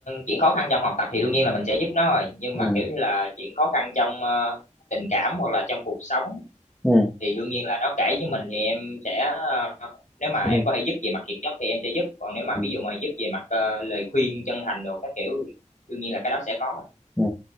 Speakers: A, on the left (about 80°); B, in the centre.
A: chuyện khó khăn trong học tập thì đương nhiên là mình sẽ giúp nó rồi nhưng
B: ừ.
A: mà kiểu như là chuyện khó khăn trong ờ, tình cảm hoặc là trong cuộc sống
B: Ừ.
A: thì đương nhiên là nó kể với mình thì em sẽ ờ, nếu mà
B: Ừ.
A: em có thể giúp về mặt kiệt chất thì em sẽ giúp còn nếu mà
B: Ừ.
A: ví dụ mà giúp về mặt ờ, lời khuyên chân thành đồ các kiểu thì đương nhiên là cái đó sẽ có
B: Ừ.